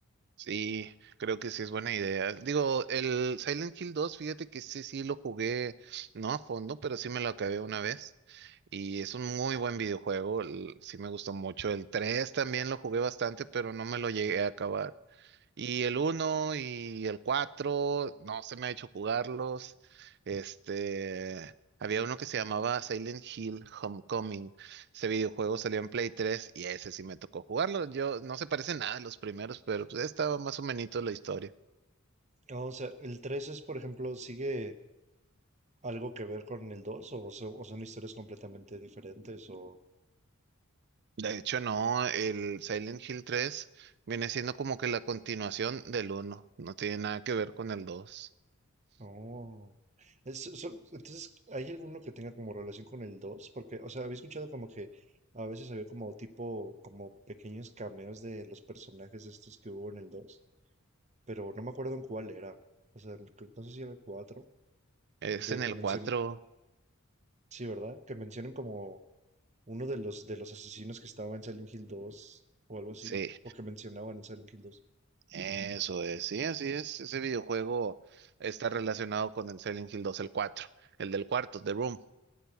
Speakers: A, on the right; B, on the right.
A: Sí, creo que sí es buena idea. Digo, el Silent Hill dos, fíjate que sí, sí lo jugué, no a fondo, pero sí me lo acabé una vez. Y es un muy buen videojuego, el- sí me gustó mucho. El 3 también lo jugué bastante, pero no me lo llegué a acabar. Y el uno y el 4 no se me ha hecho jugarlos. Este, había uno que se llamaba Silent Hill Homecoming. Ese videojuego salió en Play 3 y ese sí me tocó jugarlo. Yo no se parece nada a los primeros, pero pues estaba más o menos la historia.
B: No, o sea, el 3 es, por ejemplo, sigue algo que ver con el 2 o, so- o son historias completamente diferentes o
A: De hecho, no, el Silent Hill 3 viene siendo como que la continuación del uno No tiene nada que ver con el dos
B: no. Es- so- entonces, ¿hay alguno que tenga como relación con el dos Porque, o sea, había escuchado como que a veces había como tipo, como pequeños cameos de los personajes estos que hubo en el 2 pero no me acuerdo en cuál era. O sea, cre- no sé si era el 4
A: Es
B: de
A: en
B: que
A: el
B: mencionen,
A: cuatro
B: sí, ¿verdad? Que mencionen como uno de los de los asesinos que estaba en Silent Hill 2 o algo así,
A: sí.
B: o que mencionaban en Silent Hill dos
A: Eso es, sí, así es. Ese videojuego está relacionado con el Silent Hill dos el cuatro el del cuarto, The Room.